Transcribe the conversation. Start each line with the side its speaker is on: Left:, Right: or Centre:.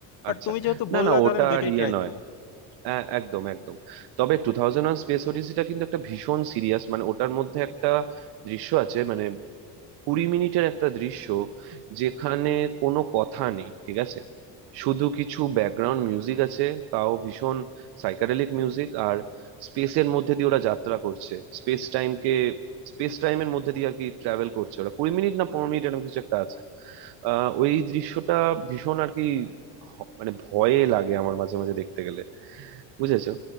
Left: বাট
Right: আচ্ছা
Left: তুমি যেহেতু
Right: না
Left: বললা
Right: না
Left: তাহলে
Right: ওটা
Left: আমি দুইটাই
Right: আর ইয়ে
Left: ট্রাই
Right: নয়
Left: দিব
Right: হ্যাঁ, একদম একদম তবে টু থাউজেন্ড ওয়ান স্পেস ওডিসিটা কিন্তু একটা ভীষণ সিরিয়াস মানে ওটার মধ্যে একটা দৃশ্য আছে মানে কুড়ি মিনিটের একটা দৃশ্য যেখানে কোনো কথা নেই ঠিক আছে শুধু কিছু ব্যাকগ্রাউন্ড মিউজিক আছে তাও ভীষণ সাইকাডেলিক মিউজিক আর স্পেসের মধ্যে দিয়ে ওরা যাত্রা করছে স্পেস টাইমকে স্পেস টাইমের মধ্যে দিয়ে আর কি ট্রাভেল করছে ওরা কুড়ি মিনিট না পনেরো মিনিট এরকম কিছু একটা আছে আহ ওই দৃশ্যটা ভীষণ আর কি হ- মানে ভয়ে লাগে আমার মাঝে মাঝে দেখতে গেলে বুঝেছো